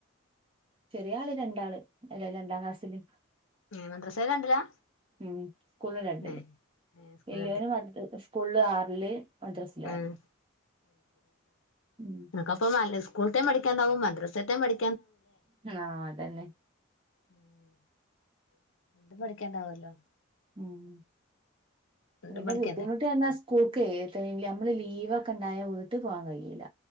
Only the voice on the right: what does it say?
ചെറിയ ആള് രണ്ടാള് അല്ല രണ്ടാം ക്ലാസ്സില്.
ഉം സ്കൂളും രണ്ടില്
വലിയവനും അ സ്കൂളില് ആറില് മദ്രസില്
ആറില്
ഉം
ആ അതന്നെ.
ഉം
പിന്നെ
ബുദ്ധിമുട്ടി വന്ന സ്കൂൾക്കേ <unintelligible> അമ്മള് ലീ ലീവൊക്കെ ഇണ്ടായ വീട്ട് പോവാൻ കയ്യൂല,